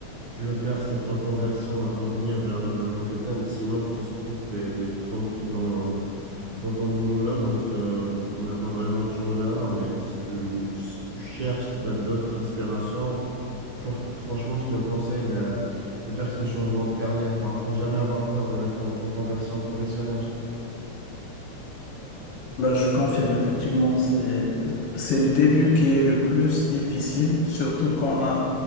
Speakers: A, on the right; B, on the left.
A: tu veux faire cette reconversion, revenir vers le domaine que t'aimes. Sinon, ça se trouve, t'es, t'es tranquille dans, dans ton boulot là, donc ça, il n'y a pas de raison de changer alors. Mais si tu, si tu cherches, si tu as d'autres aspirations, for- franchement, je te conseille de, de faire ce changement de carrière. Il ne faut jamais avoir peur de la con- reconversion professionnelle.
B: Ben, je confirme, effectivement, c'est, c'est le début qui est le plus difficile, surtout qu'on a,